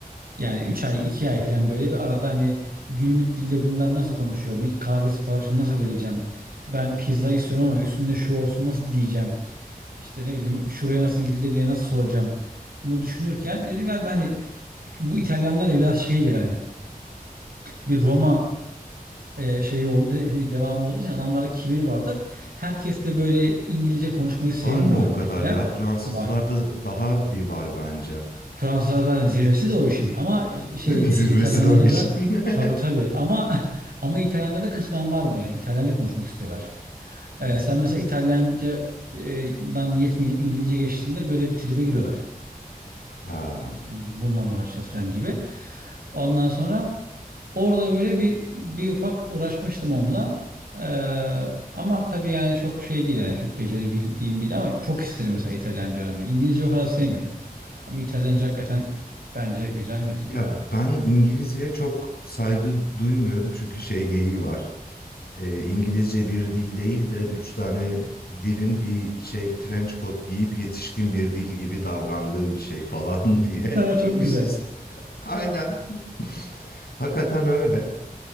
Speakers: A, on the right; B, on the left.
A: yani 3 ay 2 ay falan böyle bir arada hani günlük dilde bunlar nasıl konuşuyor? Bir kahve siparişini nasıl vereceğim? Ben pizza istiyorum ama üstünde şu olsun nasıl diyeceğim? İşte ne bileyim şuraya nasıl gidilir diye nasıl soracağım mı düşünürken dedim ya ben hani bu İtalyanlar da biraz şeydir hani bir Roma e, şey oldu de- şey devamı olduğu için adamlarda kibir vardır. Herkes de böyle İngilizce konuşmayı sevmiyorlar
B: Var mı o kadar
A: pek filan.
B: ya? Fransızlarda
A: Var.
B: daha bir var bence.
A: Fransızlar zaten zirvesi de o işin. Ama şey
B: <laughs> Zirvesi
A: e, İtalyanlarda
B: de o işin.
A: da
B: <laughs>
A: tabii tabii ama <laughs> ama İtalyanlarda kısmen var bu yani. İtalyanca konuşmak istiyorlar. E,
B: Hmm.
A: sen mesela İtalyanca e, dan yetmeyip İngilizce geçtiğinde böyle bir tribe giriyorlar
B: Ha.
A: filan ya. bu- Bununla mı uğraşacağız filan gibi. Ondan sonra orada böyle bir bir ufak uğraşmıştım onunla. Ee, ama tabii yani çok şey değil yani çok becerebildiğim bir ama çok isterim mesela İtalyanca öğrenmeyi. İngilizce o kadar sevmiyorum. Ama İtalyanca hakikaten bence güzel bir dil
B: Ya
A: ya.
B: ben İngilizceye çok saygı duymuyorum çünkü şey geyiği var. Ee, İngilizce bir dil değil de üç tane dilin bir şey trench coat giyip yetişkin bir dil gibi davrandığı bir şey falan <laughs> diye.
A: <laughs> Çok
B: Üst
A: güzel.
B: üste. Aynen. <laughs> Hakikaten öyle.